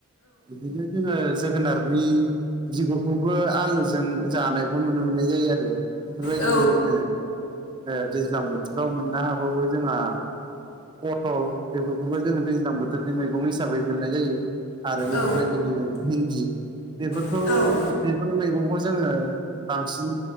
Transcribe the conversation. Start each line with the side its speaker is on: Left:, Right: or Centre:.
Right: बिदिनो जोङो जोगोनारनि बिगरखौबो आलुजों जानायखौ नुनो मोननाय जायो आरो। बेफोरबायदिनो
Left: औ
Right: जोङो ओ दैज्लां बोथोराव मोननो हाबावो जोंहा पथल बेफोरखौबो जोङो दैज्लां बोथोरनि मैगं हिसाबै मोननाय जायो। आरो बेफोरबायदिनो
Left: औ
Right: भिन्दि बेफोरखौ
Left: औ
Right: बेफोर मैगंखौ जोङो बांसिन